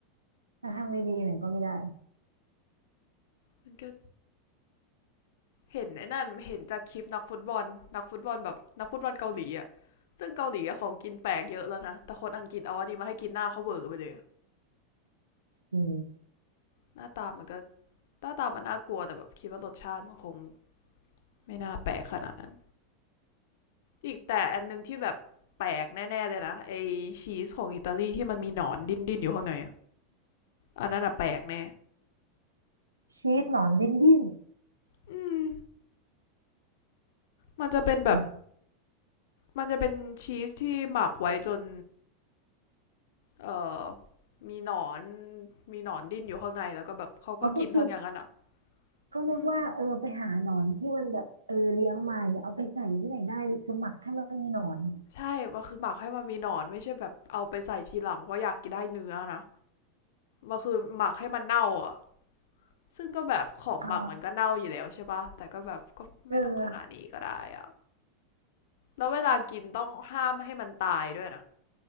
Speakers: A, on the right; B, on the left.
A: ถ้าทำดีๆหน่อยก็ไม่ได้
B: มันก็เห็นไอ้นั่นเห็นจากคลิปนักฟุตบอลนักฟุตบอลแบบนักฟุตบอลเกาหลีอะซึ่งเกาหลีอะของกินแปลกเยอะแล้วนะแต่คนอังกฤษเอาอันนี้มาให้กินหน้าเขาเวอร์ไปเลย
A: อืม
B: หน้าตามันก็หน้าตามันน่ากลัวแต่แบบคิดว่ารสชาติมันคงไม่น่าแปลกขนาดนั้นอีกแต่อันหนึงที่แบบแปลกแน่ๆเลยนะไอชีสของอิตาลีที่มันมีหนอนดิ้นๆอยู่ข้างในออันนั้นอะแปลกแน่
A: ชีสหนอนดิ้นดิ้น
B: อืมมันจะเป็นแบบ
A: อืม
B: มันจะเป็นชีสที่หมักไว้จน เอ่อมีหนอนมีหนอนดิ้นอยู่ข้างในแล้วก็แบบเขาก็กินทั้งอย่างนั้นอ่ะ
A: เอาก็คือก็นึกว่าเออไปหาหนอนที่มันแบบเออเลี้ยงมาเนี่ยเอาไปใส่ที่ไหนได้คือหมักให้มันมีหนอน
B: อืมใช่มันคือหมักให้มันมีหนอนไม่ใช่แบบเอาไปใส่ทีหลังเพราะอยากกินได้เนื้อนะมันคือหมักให้มันเน่าอ่ะซึ่งก็แบบของหมักมันก็เน่าอยู่แล้วใช่ปะแต่ก็แบบก็ไม่ต้องขนาดนี้ก็ได้อ่ะ
A: อ่าเออ
B: แล้วเวลากินต้องห้ามไม่ให้มันตายด้วยนะ